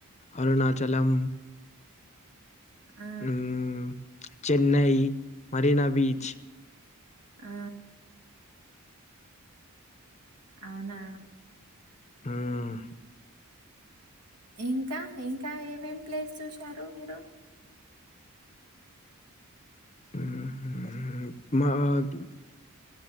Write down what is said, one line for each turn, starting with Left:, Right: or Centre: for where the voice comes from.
Left: అరుణాచలం
Right: ఆ
Left: హ్మ్, చెన్నై మరీనా బీచ్
Right: ఆ అవునా
Left: ఉం
Right: ఇంకా ఇంకా ఏం ఎం ప్లేస్ చూశారు మీరు
Left: ఉహు మాది